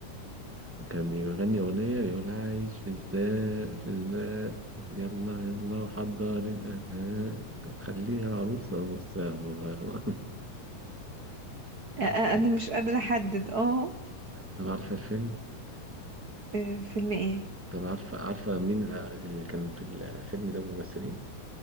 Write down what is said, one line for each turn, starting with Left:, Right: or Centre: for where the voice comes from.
Centre: وكان بيغني اغنيه يقول عايش في سباق في سباق يلا يلا وحضر الانهاء خليها عروسه مصاغه
Right: أ- أ-
Centre: <laughs> عارفه
Right: انا مش قادرة احدد اه
Centre: طب عارفه الفيلم
Right: آه، فيلم ايه
Centre: طب عارفة عارفة مين اللي كان في الفيلم ده ممثلين؟